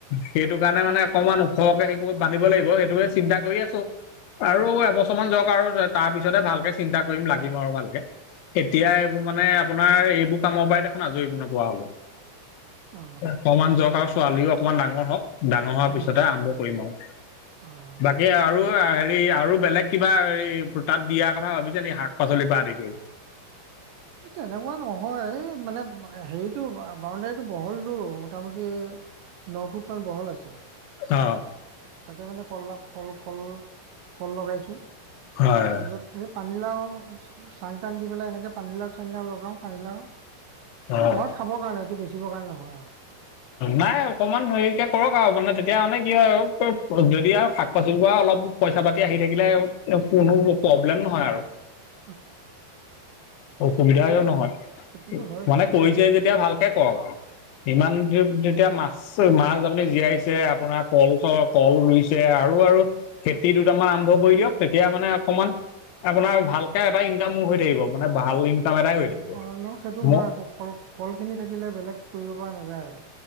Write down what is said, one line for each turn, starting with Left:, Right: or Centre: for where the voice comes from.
Left: সেইটো কাৰণে
Right: আও-
Left: মানে অকমান ওখকে সেই কৰিব বান্ধিব লাগিব। সেইটো সেইটোৱে চিন্তা কৰি আছোঁ। আৰু এবছৰমানান যাওঁক আৰু তাৰ পিছতেহে ভালকে চিন্তা কৰিম লাগিম আৰু ভালকে। এতিয়া এইবোৰ মানে আপোনাৰ এইবোৰ কামৰ পৰাই দেখোন আজৰিব নোপোৱা হলোঁ।
Right: অ
Left: অকমান যাওঁক আৰু ছোৱালীও অকমান ডাঙৰ হওঁক, ডাঙৰ হোৱাৰ
Right: উম
Left: পিছতেহ
Right: উম
Left: আৰম্ভ কৰিম আৰু।
Right: অ'।
Left: বাকী আৰু হেৰি আৰু বেলেগ কিবা হেৰি তাত দিয়া কথা ভাবিছে নে শাক পাচলিৰ পৰা আদি কৰি?
Right: এই তেনেকুৱা নহয়, এই মানে হেৰিতটো বৌন্দেৰীতো বহলতটো মোটামুটি ন ফুট মান বহল আছে।
Left: অ'।
Right: তাতে মানে কলাভ কল-কল-কল লগাইছোঁ,
Left: হয়
Right: তাৰপিছত স পানীলাও চাং টান দি পেলাই এনেকৈ পানীলাও চানীলাও লগাওঁ। পানিলাও। এই
Left: অ
Right: ঘৰত খাবৰ কাৰণে এইটো বেচিবৰ কাৰণে নহয় আৰু।
Left: নাই অকমান হেৰিকে কৰক আৰু মানে তেতিয়া মানে কি হয় আৰু যদি আৰু শাক-পাচলিৰ পৰা অলপ পইচা-পাতি আহি থাকিলে কোনো প্ৰব্লেম নহয় আৰু।
Right: <inaudible>
Left: অসুবিধা
Right: সেইটো
Left: নহয়,
Right: সেইটোতো হয় বাৰু
Left: মানে কৰিছে যেতিয়া ভাল। তে কৰক বাৰু। ইমান <unintelligible> যেতিয়া মাছ মাছ আপুনি জীয়াইছে আপোনাৰ কল চ কল ৰুইছে আৰু-আৰু খেতি দুটামান আৰম্ভ কৰি দিয়ক, তেতিয়া মানে অকমান আপোনাৰ ভালকে এটা ইনকামো হৈ থাকিব। মানে ভাল ইনকাম এটাই হৈ থাকিব
Right: অ', ন? সেইটো
Left: ম
Right: হয়, আকৌ কল - কল খিনি থাকিলে বেলেগ কৰিব পৰা নাযায়।